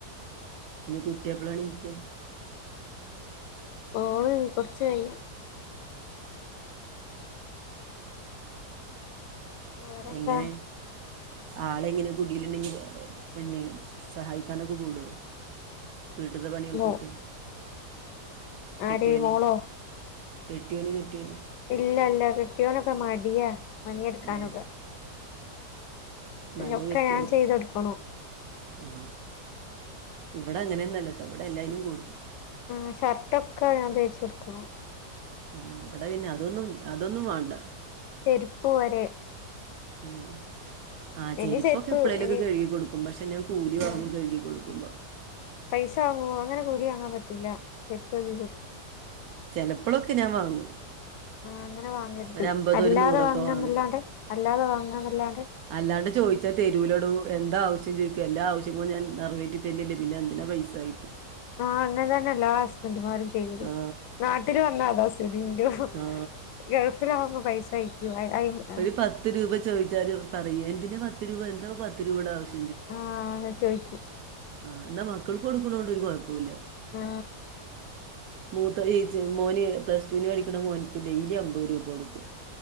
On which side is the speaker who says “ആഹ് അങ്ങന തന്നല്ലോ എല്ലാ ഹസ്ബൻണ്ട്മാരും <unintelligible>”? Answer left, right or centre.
Left